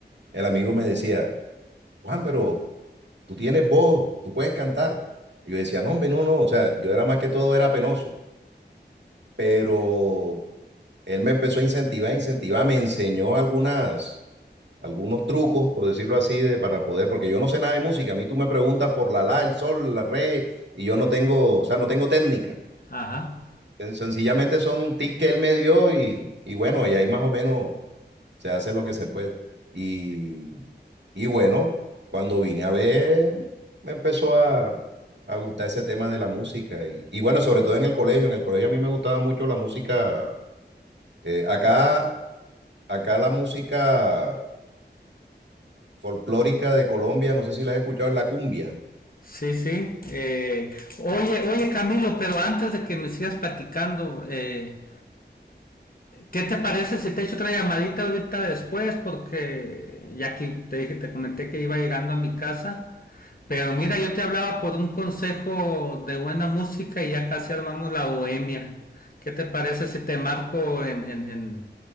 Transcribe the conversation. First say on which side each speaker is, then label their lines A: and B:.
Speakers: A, on the right (about 75°); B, on the left (about 50°).
A: El amigo me decía, Juan, pero tú tienes voz, tú puedes cantar. Y yo decía, no, hombre, no, no. O sea, yo era más que todo, era penoso. Pero él me empezó a incentivar, incentivar, me enseñó algunas, algunos trucos, por decirlo así, de, para poder, porque yo no sé nada de música. A mí tú me preguntas por la la, el sol, la re, y yo no tengo, o sea, no tengo técnica.
B: ajá.
A: Sen- Sencillamente son tips que él me dio y, y bueno, y ahí más o menos se hace lo que se puede. Y, y bueno, cuando vine a ver, me empezó a, a gustar ese tema de la música. Y, y bueno, sobre todo en el colegio, en el colegio a mí me gustaba mucho la música. eh, acá, acá la música folclórica de Colombia, no sé si la has escuchado, es la cumbia.
B: Sí, sí. Eh, oye, oye Camilo, pero antes de que me sigas platicando, eh, ¿Qué te parece si te echo otra llamadita ahorita después? Porque ya que te dije, te comenté que iba llegando a mi casa. Pero mira, yo te hablaba por un consejo de buena música y ya casi armamos la bohemia. ¿Qué te parece si te marco en, en, en-